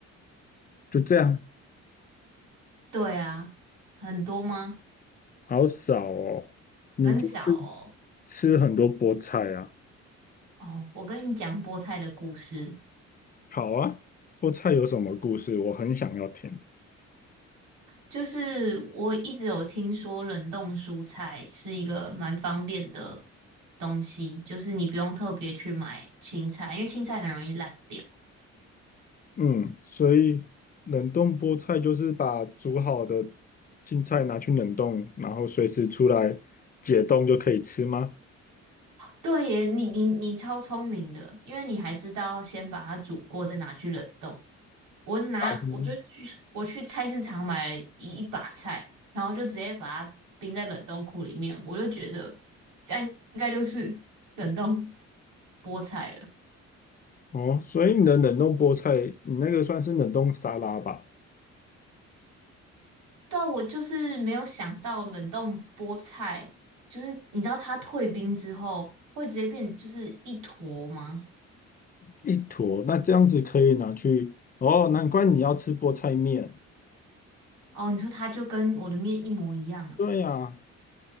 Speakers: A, on the left; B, on the right.
A: 就这样，
B: 对啊，很多吗？
A: 好少哦。你就是
B: 很少哦。
A: 吃很多菠菜啊。
B: 哦，我跟你讲菠菜的故事。
A: 好啊，菠菜有什么故事？我很想要听。
B: 就是我一直有听说冷冻蔬菜是一个蛮方便的东西，就是你不用特别去买青菜，因为青菜很容易烂掉。
A: 嗯，所以冷冻菠菜就是把煮好的青菜拿去冷冻，然后随时出来解冻就可以吃吗？
B: 对耶，你你你超聪明的，因为你还知道先把它煮过，再拿去冷冻。我拿我就去我去菜市场买了一一把菜，
A: 嗯
B: 然后就直接把它冰在冷冻库里面，我就觉得这样应该就是冷冻菠菜了。
A: 哦，所以你的冷冻菠菜，你那个算是冷冻沙拉吧？
B: 对啊我就是没有想到冷冻菠菜，就是你知道它退冰之后会直接变就是一坨吗？
A: 一坨，那这样子可以拿去。哦，难怪你要吃菠菜面。
B: 哦，你说它就跟我的面一模一样了，
A: 对啊，